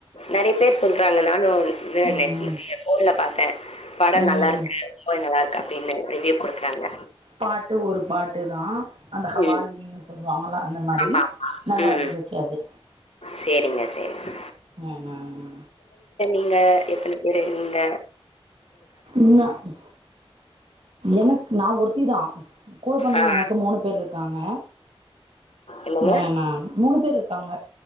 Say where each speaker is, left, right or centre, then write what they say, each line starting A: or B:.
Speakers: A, on the left; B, on the right.
A: நெறைய பேர் சொல்றாங்க. நானும் இது
B: ம்
A: நெட்ல ஃபோன்ல பார்த்தேன். படம்
B: ம்
A: நல்லா இருக்கு போய் நல்லா அப்டின்னு ரிவ்யூ குடுத்தாங்க
B: பாட்டு ஒரு பாட்டு தா அந்த ஹவாலின்னி
A: ம்.
B: சொல்லுவாங்கல்லா அந்த மாரி
A: ஆமா, ஆமா.
B: நல்லா
A: ம்.
B: இருந்துச்சு அது
A: சரிங்க, சரிங்க,
B: ஆமா ஆமா
A: ங்க எத்தன பேர் இங்க
B: ம் எனக்கு நா ஒருத்திதா கூட பொறந்தவுங்க
A: ஆ
B: எனக்கு மூணு பேர் இருக்காங்க
A: என்னங்க?
B: ஏணா மூணு பேர் காங்க